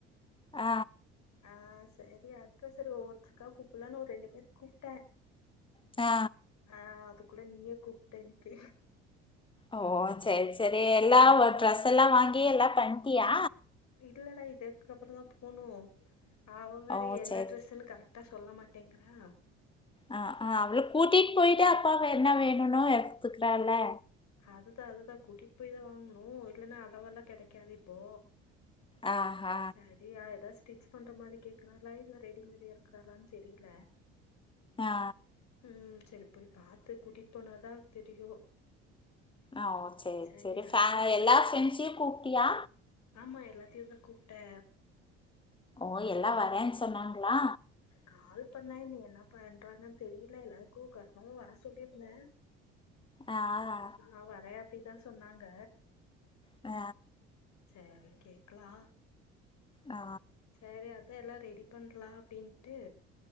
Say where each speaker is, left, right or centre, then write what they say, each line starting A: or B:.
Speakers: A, on the left; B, on the left.
A: ஆ
B: ஆ செரி அதா செரி ஒவ்வொருத்திருக்கா கூப்பலான்னு ஒரு ரெண்டு பேத்துக்கு கூப்டே
A: ஆ
B: ஆ அதுக்குள்ள நீயே கூப்ட இன்னிக்கு
A: ஓ செரி செரி எல்லா
B: சரிப்பா
A: டிரஸ் எல்லா வாங்கி எல்லா பண்டியா
B: இல்லடா இதுக்கு அப்புறதா போணு அவ வேற
A: ஓ
B: என்ன
A: சரி
B: ட்ரஸ்ன்னு கரெ டா சொல்ல மாட்டேங்கறா
A: அ ஆ அவள கூட்டிட் போயிட்டு அப்ப அவ என்ன வேணுன்னோ எடுத்துக்கறால
B: அதுதா அதுதா கூட்டிட் போய் தா வாங்கணு இல்லேன்னா அளவெல்லா கிடைக்காது இப்போ
A: ஆ ஹா
B: செரியா ஏதாவது ஸ்டிச் பண்ற மாதி கேக்குறாளா இல்ல ரெடிமேட் எடுக்குறாளான்னு தெரியில
A: ஆ
B: ம் செரி போய் பாத்து கூட்டிட்டு போனாதா தெரியு
A: ஆ ஓ செரி
B: சரி
A: செரி
B: அதுக்குள்ள
A: வேற
B: பர்த்
A: எல்லா ஃப்ரெண்ட்ஸ்யு கூப்டியா
B: ஆமா எல்லாத்தையு தா கூப்டே
A: ஓ எல்லா வரேன்னு சொன்னாங்களா
B: கால் பண்ண இனி என்ன பண்றாங்கன்னு தெரியில எல்லாருக்கு கன்ஃபார்மா வர சொல்லியிருந்த
A: ஆ ஆ
B: ஆ வரே அப்டிதா சொன்னாங்க
A: ஆ
B: செரி கேக்கலா
A: ஆ
B: செரி அதா எல்லா ரெடி பண்ணலா அப்டின்டு